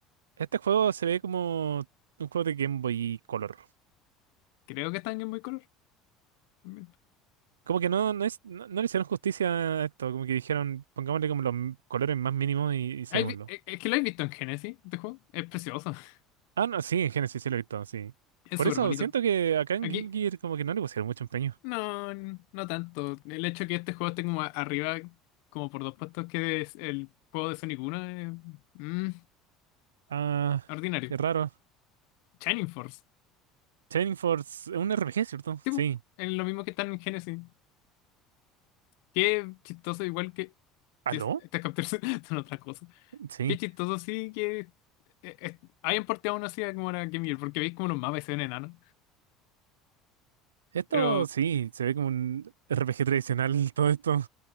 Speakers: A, on the right (about 85°); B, on the left (about 70°).
A: Este juego se ve como un juego de Game Boy Color.
B: Creo que está en Game Boy Color también.
A: Como que no, no, es, no, no le hicieron justicia a esto, como que dijeron, pongámosle como los m- colores más mínimos y, y saquémoslo.
B: ¿Has vi- eh, Es que lo he visto en Genesis, este juego. Es precioso. <laughs>
A: Ah, no, sí, en Genesis sí lo he visto, sí.
B: Es
A: Por
B: súper
A: eso
B: bonito.
A: siento que acá en
B: Aquí,
A: Game Gear como que no le pusieron mucho empeño.
B: no, no tanto. El hecho que este juego esté como a- arriba, como por dos puestos que es el juego de Sonic Uno, es mm,
A: Ah,
B: ordinario.
A: qué raro.
B: Shining Force.
A: Shining Force es un RPG, ¿cierto?
B: Tipo,
A: Sí.
B: es lo mismo que están en Genesis. Qué chistoso, igual que
A: ¿Aló?
B: es- estas capturas <laughs> son otra cosa.
A: Sí.
B: Qué chistoso, sí, que eh, eh, hayan porteado una así a como era Game Gear, porque veis como los mapas y se ven enanos.
A: Esto
B: Pero,
A: sí, se ve como un RPG tradicional <laughs> todo esto,